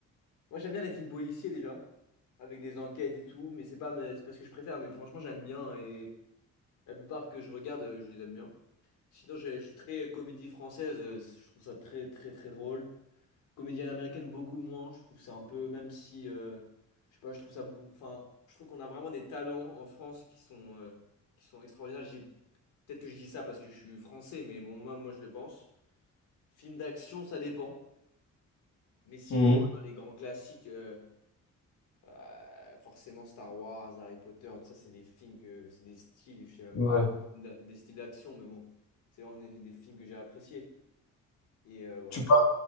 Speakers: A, on the left; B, on the left.
A: Moi, j'aime bien les films policiers déjà, avec des enquêtes et tout, mais c'est pas, mais c'est pas ce que je préfère, mais franchement, j'aime bien et la plupart que je regarde, euh, je les aime bien. Sinon, je, je suis très euh, comédie française, euh, je trouve ça très, très, très drôle. Comédie américaine, beaucoup moins, je trouve c'est un peu, même si, euh, je sais pas, je trouve ça, beau- enfin, je trouve qu'on a vraiment des talents en France qui sont, euh, qui sont extraordinaires. Je dis- Peut-être que je dis ça parce que je suis français, mais bon, moi, moi, je le pense. Film d'action, ça dépend, mais sinon,
B: Mhm.
A: dans les grands classiques. euh, Euh, forcément Star Wars, Harry Potter, tout ça, c'est des films que c'est des styles, je sais même
B: Ouais.
A: pas, d'a- des styles d'action, mais bon, c'est vraiment des, des films que j'ai appréciés. Et euh, voilà.
B: Tu